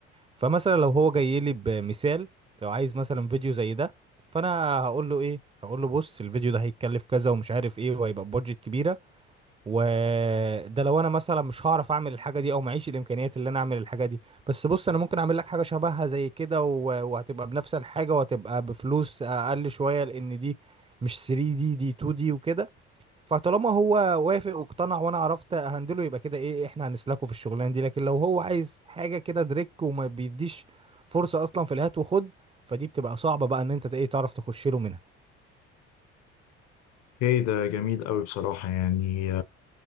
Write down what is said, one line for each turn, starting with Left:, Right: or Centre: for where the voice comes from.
Right: فمثلا لو هو جاي لي بمثال لو عايز مثلا فيديو زي ده فانا هقول له ايه هقول له بص الفيديو ده هيتكلف كذا ومش عارف ايه وهيبقى بادجت كبيره وده لو انا مثلا مش هعرف اعمل الحاجه دي او معيش الامكانيات اللي انا اعمل الحاجه دي بس بص انا ممكن اعمل لك حاجه شبهها زي كده و- وهتبقى بنفس الحاجه وهتبقى بفلوس اقل شويه لان دي مش 3 دي دي 2 دي وكده فطالما هو وافق واقتنع وانا عرفت اهندله يبقى كده ايه احنا هنسلكه في الشغلانه دي لكن لو هو عايز حاجه كده دريك وما بيديش فرصه اصلا في الهات وخد فدي بتبقى صعبه بقى ان انت ايه تعرف تخش له منها
Left: اوكي ده جميل قوي بصراحة يعني